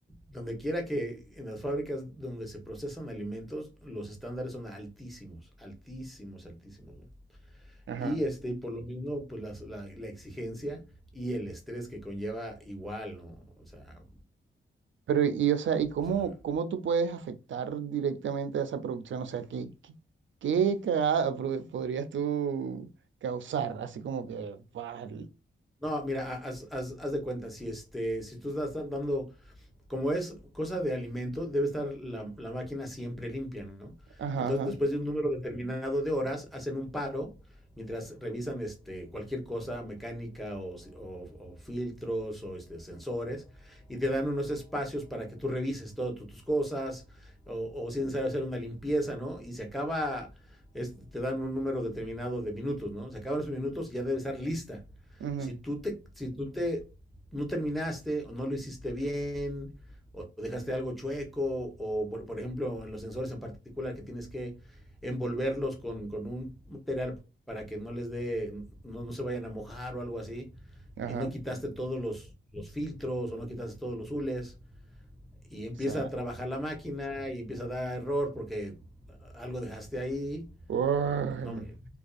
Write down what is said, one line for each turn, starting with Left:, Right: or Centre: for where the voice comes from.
Centre: donde quiera que en las fábricas donde se procesan alimentos, los estándares son altísimos, altísimos, altísimos, ¿no?
Right: ajá.
Centre: Y este, y por lo mismo, pues las- la, la exigencia y el estrés que conlleva igual, ¿no? O sea,
Right: Pero, y o sea, ¿y cómo,
Centre: o sea,
Right: cómo tú puedes afectar directamente a esa producción? O sea, ¿qué, qué, qué cagada pro- podrías tú causar? Así como que, ¡buah!
Centre: no, mira, ha- haz, haz- haz de cuenta, si este, si tú estás dan- dando como es cosa de alimento, debe estar la, la máquina siempre limpia, ¿no?
Right: ajá,
Centre: Entonces,
Right: ajá,
Centre: después de un número determinado de horas, hacen un paro mientras revisan este, cualquier cosa mecánica o, si, o- o filtros o este, sensores y te dan unos espacios para que tú revises todas tu- tus cosas o, o si es necesario hacer una limpieza, ¿no? Y se acaba, es- te dan un número determinado de minutos, ¿no? Se acaban esos minutos y ya debe estar lista.
Right: ujú,
Centre: Si tú te, si tú te no terminaste o no lo hiciste bien o dejaste algo chueco, o por, por, ejemplo en los sensores en particular que tienes que envolverlos con, con un material para que no les dé, no, no, se vayan a mojar o algo así,
Right: ajá.
Centre: y no quitaste todos los, los filtros o no quitaste todos los hules, y empieza
Right: O sea,
Centre: a trabajar la máquina y empieza a dar error porque algo dejaste ahí.
Right: uy,
Centre: No, hombre.